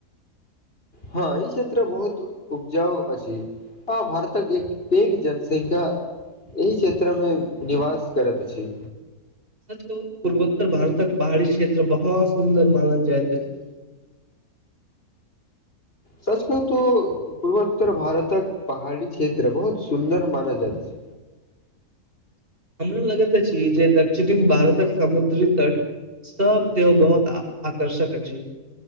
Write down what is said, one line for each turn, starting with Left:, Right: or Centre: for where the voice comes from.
Left: हँ ई क्षेत्र बहुत उप्जाउ अछि ह भारतक एक पैघ जनसंख्या एहि क्षेत्रमे निवास करैत अछि
Right: सच कहू पूर्वोत्तर भारतक पहाड़ी क्षेत्र बहुत सुन्दर मानल जायत अछि
Left: सच कहू तो पूर्वोत्तर भारतक पहाड़ी क्षेत्र बहुत सुन्दर माना जाइत अछि
Right: <inaudible> हमरा लगैत अछि जे दक्षिणी भारतक समुद्री तट सब सेहो बहुत आकर्षक अछि